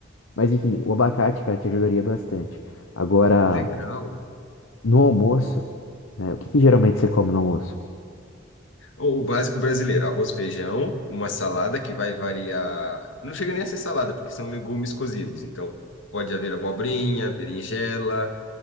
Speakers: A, on the left; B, on the left.
A: Mas enfim, o abacate, cara, te ajudaria bastante. Agora,
B: Legal.
A: no almoço, né? O que que geralmente você come no almoço?
B: O, o básico brasileiro, arroz, feijão, uma salada que vai variar. Não chega nem a ser salada, porque são legumes cozidos. Então, pode haver abobrinha, berinjela,